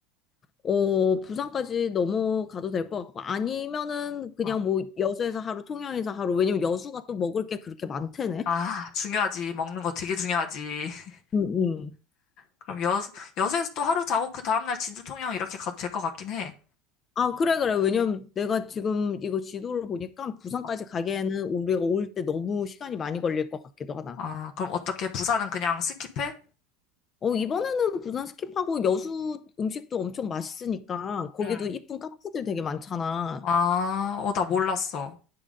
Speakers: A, on the left (about 35°); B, on the left (about 50°).
A: 어, 부산까지 넘어가도 될 것 같고. 아니면은 그냥
B: 어.
A: 뭐 여수에서 하루, 통영에서 하루. 왜냐면 여수가 또 먹을 게 그렇게 많대네.
B: 아, 중요하지. 먹는 거 되게 중요하지. <laughs>
A: 응, 응.
B: 그럼 여, 여수에서 또 하루 자고, 그 다음날 진주 통영 이렇게 가도 될 것 같긴 해.
A: 아, 그래, 그래. 왜냐면 내가 지금 이거 지도를 보니까 부산까지
B: 어.
A: 가기에는 우리가 올 때 너무 시간이 많이 걸릴 것 같기도 하다.
B: 아, 그럼 어떻게? 부산은 그냥 스킵해?
A: 어, 이번에는 부산 스킵하고 여수 음식도 엄청 맛있으니까 거기도
B: 응.
A: 이쁜 카페들 되게 많잖아.
B: 아, 어, 나 몰랐어.